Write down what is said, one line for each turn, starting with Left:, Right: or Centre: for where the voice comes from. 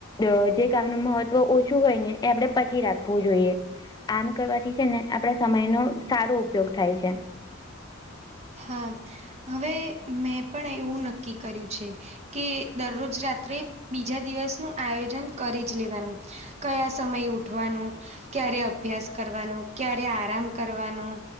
Left: અ જે કામનું મહત્વ ઓછું હોયને, એ આપણેે, પછી રાખવું જોઈએ, આમ કરવાથી છે ને, આપડા સમયનો સારો ઉપયોગ થાય છે.
Right: હા, હવે મેં પણ એવું નક્કી કર્યું છે. કે દરરોજ રાત્રે, બીજા દિવસનું આયોજન કરીજ લેવાનું, કયા સમય ઉઠવાનું, ક્યારે અભ્યાસ કરવાનું, ક્યારે આરામ કરવાનું,